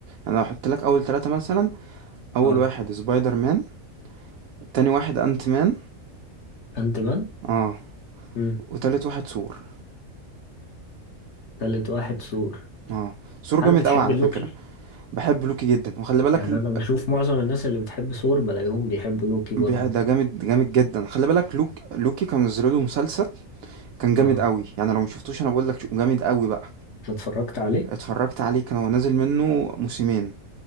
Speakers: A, on the right (about 85°); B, on the left (about 55°).
A: أنا لو هاحط لك أول 3 مثلًا، أول
B: آه
A: واحد spider man، تاني واحد ant man،
B: أنت مان؟
A: آه،
B: مم.
A: وتالت واحد ثور،
B: تالت واحد ثور
A: آه، ثور
B: هل
A: جامد
B: بتحب
A: أوي على
B: لوكي؟
A: فكرة، باحب لوكي جدًا، وخلّي بالك
B: يعني
A: ل
B: أنا بشوف معظم الناس اللي بتحب ثور بلاقيهم بيحبوا لوكي برضو
A: بي ده جامد جامد جدًا، خلّي بالك لوك لوكي كانوا نزّلوا له مسلسل كان جامد
B: آه
A: أوي، يعني لو مشفتوش أنا باقول لك شو جامد أوي بقى،
B: أنت اتفرجت عليه؟
A: اتفرّجت عليه كان هو نازل منّه موسمين،